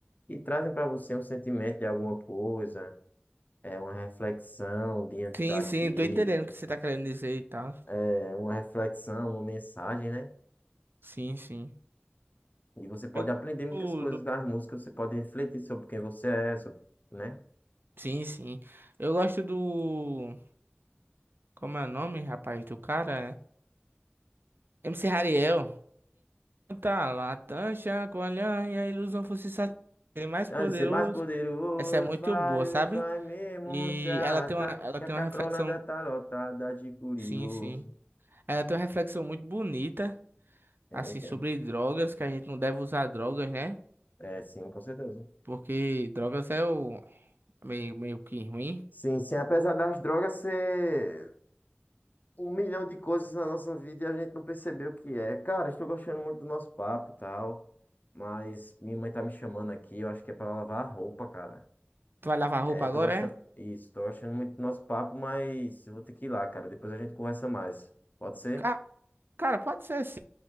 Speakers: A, on the left; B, on the right.
A: que trazem para você um sentimento de alguma coisa, é uma reflexão diante
B: sim,
A: daquilo,
B: sim, tô entendendo o que você tá querendo dizer e tal.
A: é uma reflexão, uma mensagem, né?
B: Sim, sim.
A: E você pode
B: Eu,
A: aprender muitas
B: do-
A: coisas
B: do-
A: das músicas, você pode refletir sobre quem você é, sobre, né?
B: sim, sim. Eu gosto do. Como é o nome, rapaz, do cara? MC Hariel. Tá lá, tancha, colhão e a ilusão fosse satisfazer mais
A: Então,
B: poderoso.
A: de ser mais poderoso,
B: Essa é muito
A: vários
B: boa, sabe?
A: vai mesmo
B: E
A: se arrastar,
B: ela tem uma, ela
A: que
B: tem
A: a cacrolândia
B: uma reflexão,
A: tá lotada de curioso.
B: sim, sim. Ela tem uma reflexão muito bonita,
A: Tem,
B: assim,
A: tem.
B: sobre drogas, que a gente não deve usar drogas, né?
A: É, sim, com certeza.
B: Porque drogas é o meio, meio que ruim.
A: Sim, sim. Apesar das drogas ser um milhão de coisas na nossa vida e a gente não percebeu o que é. Cara, estou gostando muito do nosso papo e tal. Mas minha mãe tá me chamando aqui, eu acho que é pra lavar a roupa, cara.
B: Tu vai lavar roupa
A: É,
B: agora,
A: tô gostando.
B: é?
A: Isso, tô gostando muito do nosso papo, mas eu vou ter que ir lá, cara. Depois a gente conversa mais. Pode ser?
B: Ca- Cara, pode ser assim.